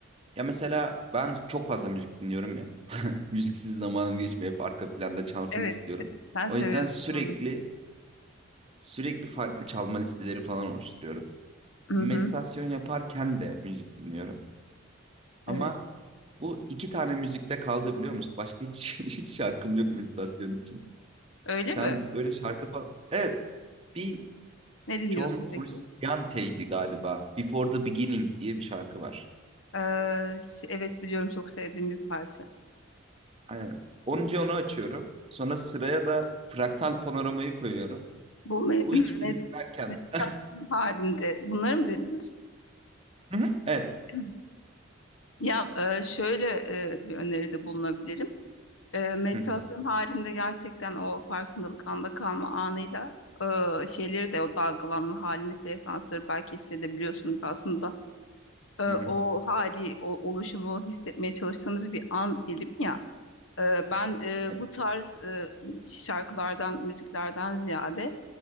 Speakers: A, on the right; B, on the left.
A: ya mesela ben çok fazla müzik dinliyorum ya. <laughs> Müziksiz zamanım geçmiyor. Hep arka planda çalsın
B: Evet.
A: istiyorum.
B: Sen seviyorsun
A: O yüzden sürekli
B: onu.
A: sürekli farklı çalma listeleri falan oluşturuyorum.
B: Hı
A: Meditasyon
B: hı.
A: yaparken de müzik dinliyorum.
B: Evet.
A: Ama Bu iki tane müzikte kaldı biliyor musun? Başka hiç <laughs> şarkım yok meditasyon için.
B: Öyle
A: Sen
B: mi?
A: böyle şarkı falan... Evet. Bir
B: Ne dinliyorsun
A: John Frusciante'ydi
B: peki?
A: galiba. Before the Beginning diye bir şarkı var.
B: Ee, ş- evet biliyorum çok sevdiğim bir parça.
A: Aynen. Onca onu açıyorum. Sonra sıraya da fraktal panoramayı koyuyorum.
B: Bu me
A: Bu
B: <clears throat>
A: ikisini
B: me-
A: dinlerken...
B: meditasyon
A: <laughs>
B: halinde bunları mı dinliyorsun?
A: Hı hı, Evet.
B: <clears throat> Ya e, şöyle e, bir öneride bulunabilirim. E, meditasyon
A: Hı hı,
B: halinde gerçekten o farkındalık anda kalma anıyla e, şeyleri de o dalgalanma halini frekansları belki hissedebiliyorsunuz. Aslında e,
A: hı hı.
B: o hali, o oluşumu hissetmeye çalıştığımız bir an dilimi ya. E, ben e,
A: Evet.
B: bu tarz e, şarkılardan, müziklerden ziyade